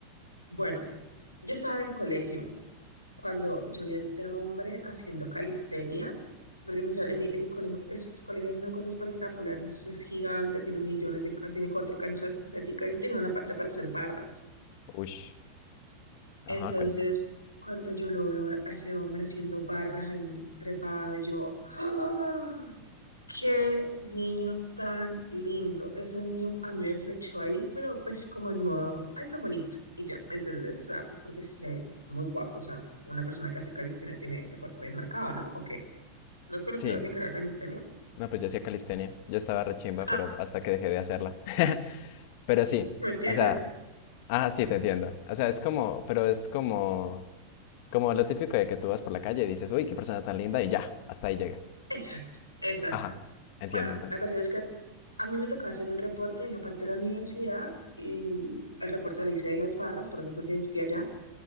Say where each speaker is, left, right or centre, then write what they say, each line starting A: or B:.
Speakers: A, on the left (about 85°); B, on the left (about 45°).
A: bueno, yo estaba en el colegio cuando yo vi a este hombre haciendo calistenia, porque mi sa- en mi, en mi colegio, es, colegio es una cosa espectacular, es, es gigante, tiene millones de can- tiene cuatro canchas sintéticas y tiene una parte para hacer barras.
B: Ush, ajá,
A: Entonces,
B: cuenta.
A: cuando yo lo veo a ese hombre haciendo barras ahí trepado, yo, ¡ah! Qué niño tan lindo. Ese niño a mí me flechó ahí, pero pues como en modo, ay, tan bonito. Y ya, ¿me entendés? O sea, pues porque sí se ve muy guapo. O sea, una persona que hace calistenia tiene el cuerpo bien marcado, ¿no? ¿O qué? ¿No has conocido
B: Sí,
A: a alguien que haga calistenia?
B: no, pues yo hacía calistenia, yo estaba rechimba,
A: Ah,
B: pero hasta que dejé de hacerla. <laughs> Pero sí,
A: ¿me entiendes?
B: o sea, ah, sí, te entiendo. O sea, es como, pero es como, como lo típico de que tú vas por la calle y dices, uy, qué persona tan linda, y ya, hasta ahí llega.
A: Exacto, exacto.
B: Ajá, entiendo
A: Bueno,
B: entonces.
A: la cuestión es que a mí me tocaba hacer un reporte en una parte de la universidad y el reporte lo hice de las barras, por eso fue que fui allá.